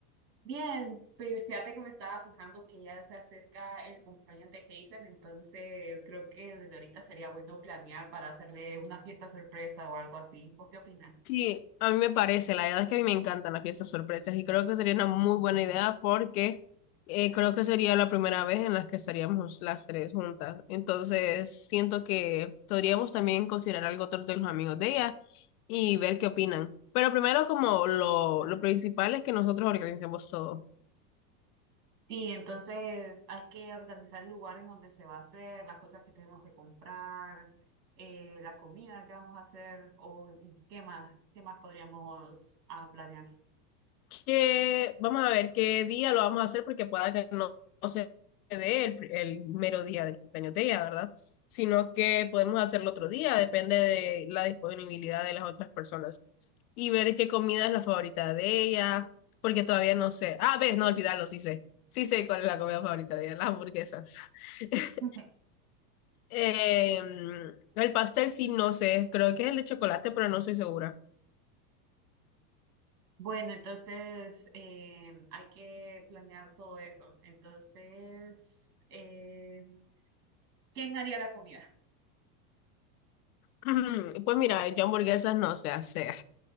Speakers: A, on the right; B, on the left.
A: Bien, pues fíjate que me estaba fijando que ya se acerca el cumpleaños de Hazel, entonces creo que desde ahorita sería bueno planear para hacerle una fiesta sorpresa o algo así. ¿Vos qué opinas?
B: Sí, a mí me parece, la verdad es que a mí me encantan las fiestas sorpresas y creo que sería una muy buena idea porque eh, creo que sería la primera vez en la que estaríamos las tres juntas. Entonces, siento que podríamos también considerar algo otro de los amigos de ella y ver qué opinan. Pero primero, como lo, lo principal es que nosotros organicemos todo.
A: Sí, entonces hay que organizar el lugar en donde se va a hacer, las cosas que tenemos que comprar, eh, la comida que vamos a hacer o y qué más, qué más podríamos ah, planear.
B: que vamos a ver qué día lo vamos a hacer porque pueda que no, no se dé el, el mero día del cumpleaños de ella, ¿verdad? Sino que podemos hacerlo otro día, depende de la disponibilidad de las otras personas. Y ver qué comida es la favorita de ella, porque todavía no sé. Ah, ves, no olvidarlo, sí sé. Sí sé cuál es la comida favorita de ella, las hamburguesas. <laughs>
A: <laughs>
B: Em, el pastel sí, no sé, creo que es el de chocolate, pero no estoy segura.
A: Bueno, entonces em, hay que planear todo eso. Entonces, em, ¿quién haría la comida?
B: <clears throat> Pues mira, yo hamburguesas no sé hacer.